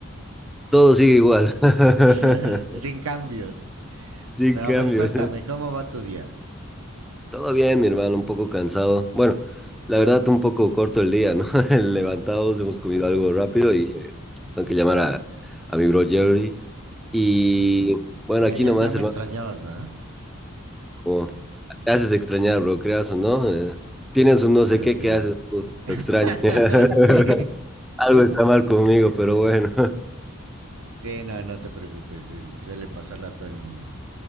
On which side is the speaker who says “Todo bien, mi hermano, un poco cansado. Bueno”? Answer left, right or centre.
Centre